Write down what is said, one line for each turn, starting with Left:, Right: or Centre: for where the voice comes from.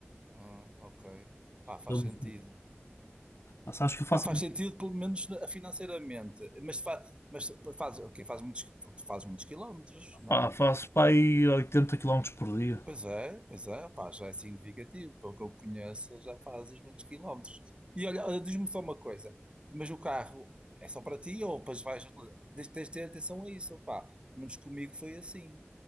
Right: Ah, ok. Pá, faz
Left: Então,
Right: sentido.
Left: ah, sabes que eu faço,
Right: Pá, faz sentido, pelo menos na- financeiramente, mas, fa, mas faz, ok, faz muitos, tu fazes muitos quilómetros, não
Left: pá,
Right: é?
Left: faço para aí 80 quilómetros por dia.
Right: Pois é, pois é, pá, já é significativo. Pelo que eu conheço, já fazes muitos quilómetros. E olha, olha, diz-me só uma coisa, mas o carro é só para ti ou depois vais utilizar? Tens tens de ter atenção a isso, pá. Menos comigo foi assim.